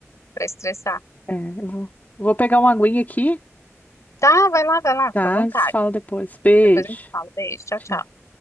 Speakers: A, on the left; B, on the left.
A: Pra estressar.
B: é, eu vou, vou pegar uma aguinha aqui,
A: Tá, vai lá, vai lá,
B: tá?
A: fica à vontade.
B: A gente se fala depois. Beijo.
A: Depois a gente fala. Beijo. Tchau,
B: Tchau.
A: tchau.